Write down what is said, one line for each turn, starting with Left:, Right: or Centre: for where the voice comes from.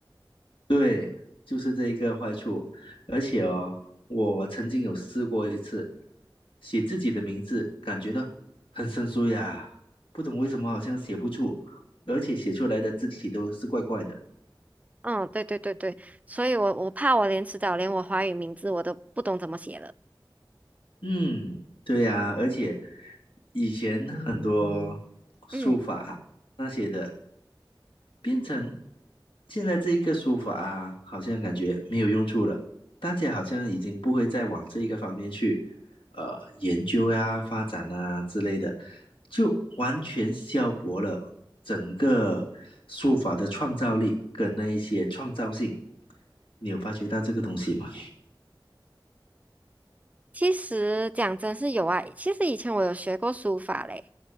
Left: 对，就是这一个坏处。而且哦，我曾经有试过一次，写自己的名字，感觉到很生疏呀，不懂为什么好像写不出，而且写出来的字体都是怪怪的。
Right: 嗯，对对对对，所以我我怕我连迟早连我华语名字我都不懂怎么写了。
Left: 嗯，对呀，而且以前很嗯多书法啊那些的，
Right: 嗯，
Left: 变成现在这一个书法啊，好像感觉没有用处了，大家好像已经不会再往这一个方面去呃研究呀、发展啊之类的，就完全消薄了整个书法的创造力跟那一些创造性。你有发觉到这个东西吗？
Right: 其实讲真是有啊，其实以前我有学过书法嘞，